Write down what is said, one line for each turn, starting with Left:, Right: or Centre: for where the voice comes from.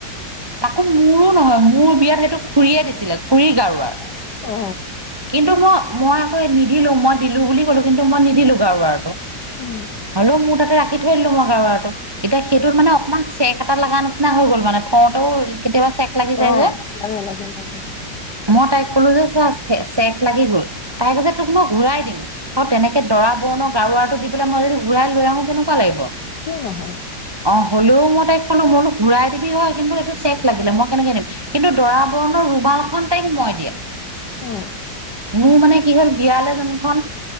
Right: তাকো মোৰো নহয় মোৰ বিয়াত সেইটো খুৰীয়ে দিছিলে খুৰীৰ গাৰু ওৱাৰ।
Left: অ
Right: কিন্তু মই মই আক নিদিলো মই দিলো বুলি ক'লো কিন্তু মই নিদিলো গাৰু উৱাৰটো।
Left: উম
Right: হলেও মোৰ তাতে ৰাখি থৈ দিলো মই গাৰু উৱাৰটো। এতিয়া সেইটোত মানে অকণমান চেক এটা লগা নিচিনা হৈ গ'ল, মানে থওঁতেও কেতিয়াবা চেক লাগি যায়
Left: অঁ,
Right: যে
Left: লাগে লাগে লাগে
Right: মই তাইক কলো যে চা চেক লাগি গল, তাই কৈছে তোক মই ঘূৰাই দিম। আৰু তেনেকে দৰা বৰণৰ গাৰু ওৱাৰটো দি পেলাই মই যদি ঘূৰাই লৈ আহো কেনেকুৱা লাগিব।
Left: কিয় নহয়!
Right: অ', হ'লেও মই তাইক ক'লো মই বোলো ঘূৰাই দিবি হয়, কিন্তু এইটো চেফ লাগিলে, মই কেনেকে দিম। কিন্তু দৰা বৰণৰ ৰুমালখন তাইক মই দিয়া।
Left: অ'।
Right: মোৰ মানে কি হ'ল বিয়ালৈ যোনখন